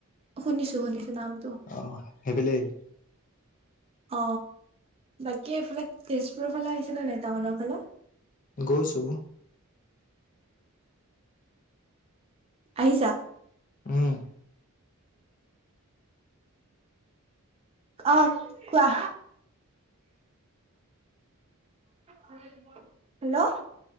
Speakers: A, on the right (about 25°); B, on the left (about 35°).
A: শুনিছো শুনিছো নামটো
B: অ সেইফালেই
A: অ বাকী এইফালে তেজপুৰৰ ফালে আহিছে নে নাই টাউনৰ ফালে?
B: গৈছো
A: আহিছা
B: উম
A: অ, কোৱা হেল্ল'